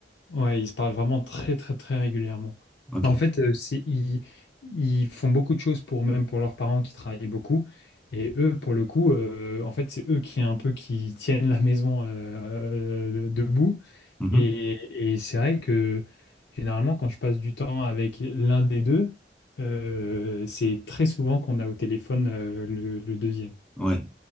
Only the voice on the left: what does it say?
Ouais, ils se parlent vraiment très très très régulièrement.
Bah, en fait, euh, c'est ils, ils font beaucoup de choses pour même pour leurs parents qui travaillent beaucoup. Et eux, pour le coup, euh, en fait, c'est eux qui un peu qui tiennent la maison euh, debout.
Et, et c'est vrai que généralement, quand je passe du temps avec l'un des deux, euh, c'est très souvent qu'on a au téléphone euh, le le deuxième.